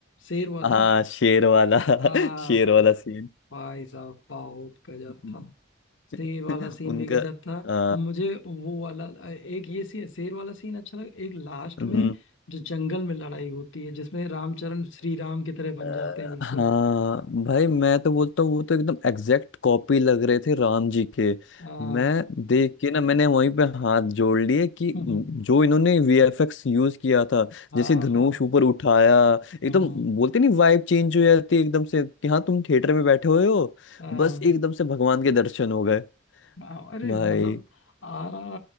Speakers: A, on the left; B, on the left.
A: शेर वाला
B: हाँ शेर वाला <laughs>
A: आख
B: शेर वाला सीन
A: भाई साहब बहुत गजब
B: <laughs>
A: था शेर वाला सीन
B: उनका
A: भी गजब था
B: आ,
A: और मुझे वो वाला एक ये सी शेर वाला सीन अच्छा लगा एक लास्ट
B: हम्म,
A: में जो जंगल में लड़ाई होती है जिसमें रामचरण श्री राम की तरह बन
B: अ,
A: जाते हैं बिल्कुल
B: हाँ भाई मैं तो बोलता हूँ वो तो एकदम एग्जैक्ट कॉपी लग रहे थे राम जी के
A: हाँ
B: मैं देख के ना मैंने वहीं पे हाथ जोड़ लिए कि
A: <laughs>
B: जो इन्होंने वीएफएक्स यूज किया था
A: हाँ
B: जैसे धनुष
A: हाँ
B: ऊपर उठाया एकदम
A: हम्म,
B: बोलते नहीं वाइब चेंज हो जाती है एकदम से कि हाँ तुम थिएटर में बैठे हुए हो
A: हाँ
B: बस एकदम से भगवान के दर्शन हो गए
A: हाँ, अरे
B: भाई
A: मतलब आर आर